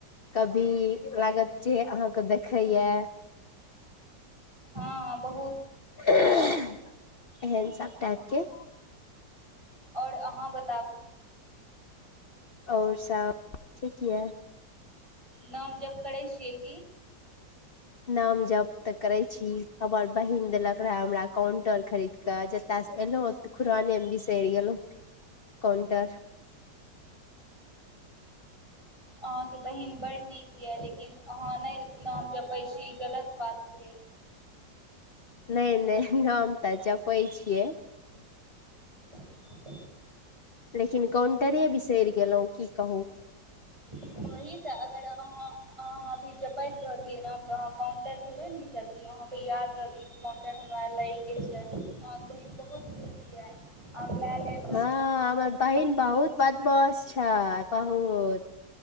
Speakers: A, on the left; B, on the right.
A: कभी लागत जे अहाँके देखैया।
B: हां बहुत।
A: एहन सब टाइप के।
B: और अहाँ बताबु।
A: और सब ठीक या।
B: नाम जप करै छियै की।
A: नाम जप तऽ करै छी, हमर बहिन देलक रहाए हमरा कॉन्टर खरीद के ज ओता से एलौ ते खुराने मे बिसैर गेलौ कॉनटर।
B: अहाँ के बहिन बड़ नीक यऽ लेकिन अहाँ नै नाम जपै छी ई गलत बात भेल।
A: नै-नै नाम तऽ जपै छियै।
B: <inaudible>
A: लेकिन कॉनटरे बिसैर गेलौ की कहु।
B: वही तऽ अगर अहाँ अहाँ अभी जपैत रहतियै नाम तऽ अहाँ कॉन्टर थोड़े नै बिसरतियै अहाँ के याद रहतिये कॉन्टर हमरा लै कि छै बहिन बहुत नीक य आ ल ले।
A: हँ हमर बहिन बहुत बदमाास छै बहुत।